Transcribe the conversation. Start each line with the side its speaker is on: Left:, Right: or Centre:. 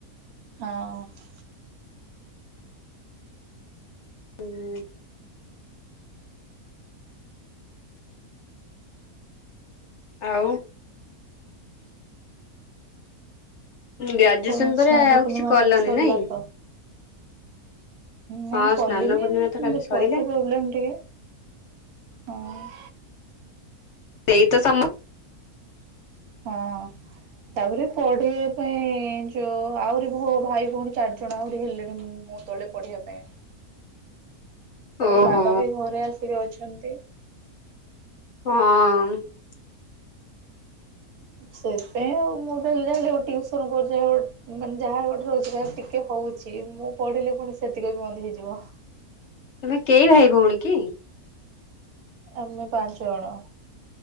Right: ହଁ।
Left: ହୁଁ। ଆଉ। ଗ୍ରାଜୁଏସନ
Right: ଆଉ କଣ
Left: ପରେ
Right: ସ୍ନାନ
Left: ଆଉ
Right: ପୂର୍ଣ୍ଣିମା
Left: କିଛି କଲନି
Right: କାଲି ସରିଲା
Left: ନାଇଁ
Right: ତ। ନାଇଁ
Left: ହଁ
Right: କଲିନି
Left: ସ୍ନାନ ପୂର୍ଣ୍ଣିମା
Right: ଏମ୍
Left: ତ କାଲି ସରିଲା
Right: ପଇସା ପ୍ରୋବ୍ଲେମ୍ ଟିକେ। ହଁ।
Left: ସେଇ ତ ସମ।
Right: ହଁ ତାପରେ ପଢିବା ପାଇଁ। ସେ ଓ ଆହୁରି ମୋ ଭାଇ ଭଉଣୀ ଚାରିଜଣ ଆହୁରି ହେଲେଣିଁ ମୋ ତଳେ ପଢିବା ପାଇଁ। ତାପରେ
Left: ଓହୋ
Right: ବାବା ବି ଘରେ ଆସିକି ଅଛନ୍ତି।
Left: ହଁ।
Right: ସେଇଥି ପାଇଁ ଆଉ ମୁଁ ତ ହେଲେ ଯାହା ହେଲେ ଗୋଟେ ଟିଉସୁନ କରୁଛି ଯା। ମାନେ ଯାହା ଗୋଟେ ରୋଜଗାର ଟିକେ ହଉଛି ମୁଁ ପଢିଲେ ପୁଣି ସେତିକି ବି ବନ୍ଦ ହେଇଯିବ।
Left: ତମେ କେଇ ଭାଇ ଭଉଣୀ କି।
Right: ଆମେ ପାଞ୍ଚ ଜଣ।